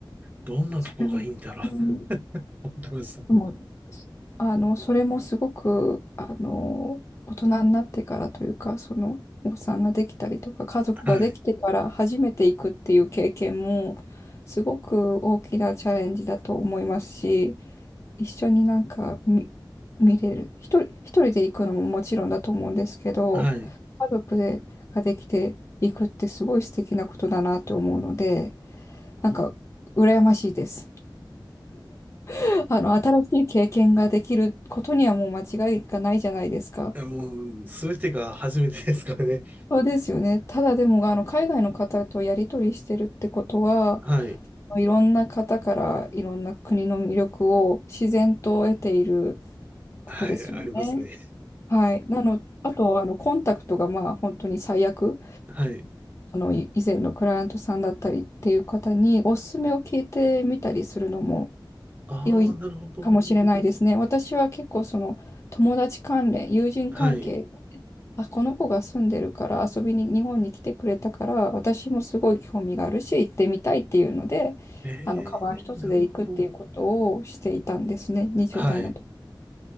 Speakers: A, on the right (about 20°); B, on the left (about 35°).
A: どんなとこがいいんだろうと
B: それは、うん
A: 思ってました。
B: もう、あの、それもすごく、あの、大人になってからというか、その、お子さんができたりとか、家族ができてから初めて行くっていう経験も、
A: はい。
B: すごく大きなチャレンジだと思いますし、一緒になんか見、見れる。一人、一人で行くのももちろんだと思うんですけど、
A: はい。い
B: 家族で、ができていくってすごい素敵なことだなって思うので、なんか、羨ましいです。<laughs> あの、新しい経験ができることにはもう間違いがないじゃないですか。
A: やもうすべてが初めてですからね。
B: そうですよね。ただでも、あの、海外の方とやり取りしてるってことは、
A: はい。
B: いろんな方からいろんな国の魅力を自然と得ていることですよね。
A: はい。ありますね。
B: はい。なの、あと、あの、コンタクトがまあ本当に最悪、
A: はい。
B: あの、い以前のクライアントさんだったりっていう方におすすめを聞いてみたりするのも
A: ああ、
B: 良いかもしれないですね。
A: なるほど。
B: 私は結構その友達関連、友人関係、
A: はい。
B: あ、この子が住んでるから遊びに日本に来てくれたから私もすごい興味があるし行ってみたいっていうので、
A: ええなるほど。
B: あのカバン一つで行くっていうことをしていたんですね、20代の時。
A: はい。